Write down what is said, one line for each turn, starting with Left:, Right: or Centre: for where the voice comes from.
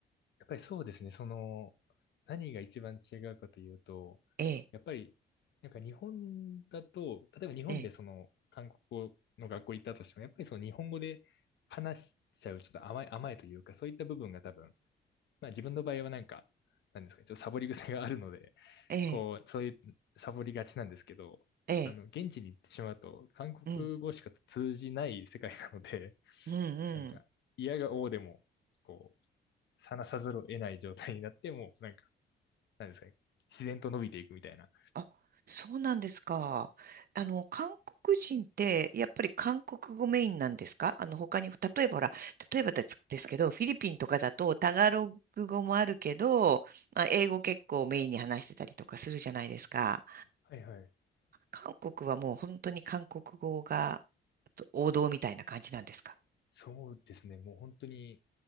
Left: やっぱりそうですね。その、何が一番違うかというと、
Right: ええ、
Left: やっぱり、なんか日本だと、例えば日本でその韓国語の学校行ったとしても、
Right: ええ、
Left: やっぱりその日本語で話しちゃう、ちょっと甘い、甘いというか、そういった部分が多分、まあ自分の場合はなんか、なんですかね、ちょっとサボり癖があるので、
Right: ええ、
Left: こう、そういうサボりがちなんですけど、
Right: ええ、
Left: あの、現地に行ってしまうと、韓国語しか通じない世界なので、
Right: うん、うん、うん。
Left: なんか、嫌が応でも、こう、話さざるを得ない状態になって、もうなんか、なんですかね、自然と伸びていくみたいな。
Right: あ、そうなんですか。あの、韓国人って、やっぱり韓国語メインなんですかあの、他に、例えばほら、例えばです、ですけど、フィリピンとかだと、タガログ語もあるけど、まあ、英語結構メインに話してたりとかするじゃないですか。
Left: はいはい。
Right: 韓国はもう本当に韓国語が王道みたいな感じなんですか
Left: そうですね。もう本当に、